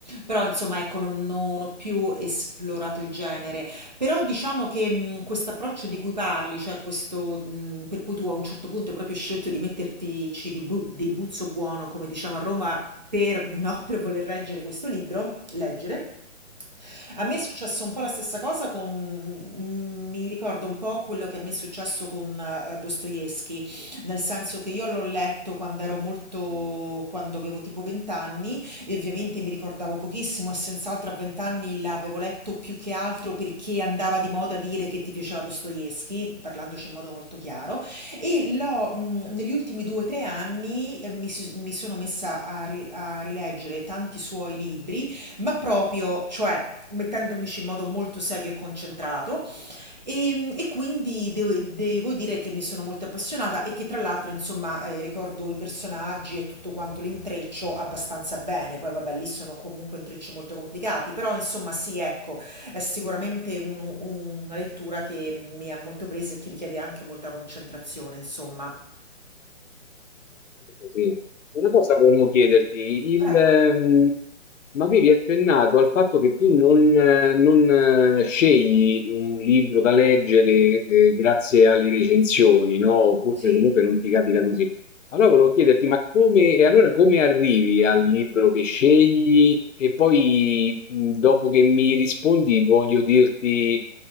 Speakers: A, on the right; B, on the left.
A: però insomma ecco non, non ho più esplorato il genere. Però diciamo che mh, questo approccio di cui parli, cioè questo mh, per cui tu a un certo punto hai proprio scelto di mettertici di, bu- di buzzo buono, come diciamo a Roma, per, no, <laughs> per voler reggere questo libro, leggere. A me è successo un po' la stessa cosa con, mm, mi ricordo un po' quello che a me è successo con eh, Dostoevsky, nel senso che io l'ho letto quando ero molto, quando avevo tipo 20 anni e ovviamente mi ricordavo pochissimo e senz'altro a 20 anni l'avevo letto più che altro perché andava di moda dire che ti piaceva Dostoevsky, parlandoci in modo molto chiaro. E l'ho, mhmm, negli ultimi 2, 3 anni, ehm, mi s mi sono messa a ri a rileggere tanti suoi libri, ma proprio cioè mettendomici in modo molto serio e concentrato, Ehm, e quindi devo devo dire che mi sono molto appassionata e che tra l'altro insomma, ehm, ricordo i personaggi e tutto quanto l'intreccio abbastanza bene. Poi vabbè lì sono comunque intrecci molto complicati, però insomma sì, ecco, è sicuramente un una lettura che mi ha molto presa e che richiede anche molta concentrazione insomma.
B: Sì. Una cosa volevo chiederti, il,
A: Prego.
B: ehm, ma avevi accennato al fatto che tu non, eh, non, eh, scegli un libro da leggere, eh, grazie alle recensioni, no? Oppure
A: Sì.
B: comunque non ti capita così. Allora volevo chiederti, ma come, e allora come arrivi al libro che scegli? E poi, mh, dopo che mi rispondi, voglio dirti